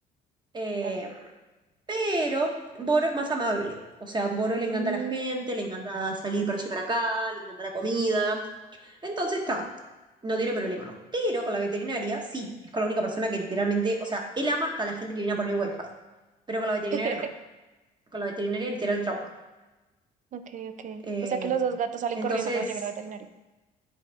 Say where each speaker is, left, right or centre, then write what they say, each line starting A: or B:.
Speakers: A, on the right; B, on the right.
A: Eh,
B: claro.
A: pero Boro es más amable. O sea, a Boro
B: Mm,
A: le encanta la gente, le encanta salir para allí y para acá, le encanta la comida. Entonces está, no tiene problema. Pero con la veterinaria, sí, es con la única persona que literalmente, o sea, él ama hasta la gente que viene a poner wifi, pero con la veterinaria
B: <laughs>
A: no. Con la veterinaria literal trauma.
B: Ok, ok.
A: Eh,
B: O sea que los dos gatos salen
A: entonces,
B: corriendo cuando llegan al veterinario.